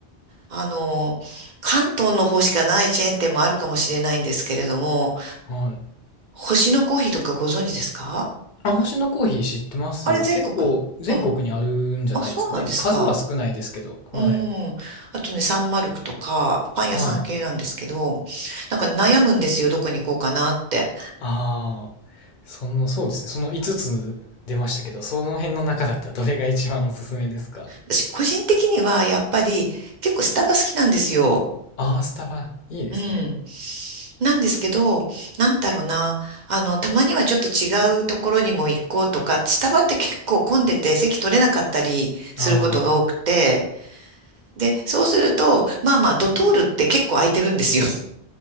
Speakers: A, on the right; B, on the left.
A: あの、関東の方しかないチェーン店もあるかもしれないんですけれども、
B: はい。
A: 星のコーヒーとかご存知ですか
B: あ、星野コーヒー知ってますよ。
A: あれ全国の、
B: 結構全国にあるんじゃないですかね。
A: うん。あ、そうなんですか。
B: 数は少ないですけど。はい。
A: うん。あとね、サンマルクとか、パン屋さん系なんですけど、
B: はい。
A: なんか悩むんですよ、どこに行こうかなって。
B: ああ、その、そうですね。その5つつ出ましたけど、その辺の中だったらどれが一番おすすめですか
A: 私、個人的にはやっぱり結構スタバ好きなんですよ。
B: ああー、スタバ、いいですね。
A: うん。なんですけど、なんだろうな。あの、たまにはちょっと違うところにも行こうとか、スタバって結構混んでて席取れなかったりすることが多くて、
B: あ
A: で、そうすると、まあまあ、ドトールって結構空いてるんですよ。<laughs>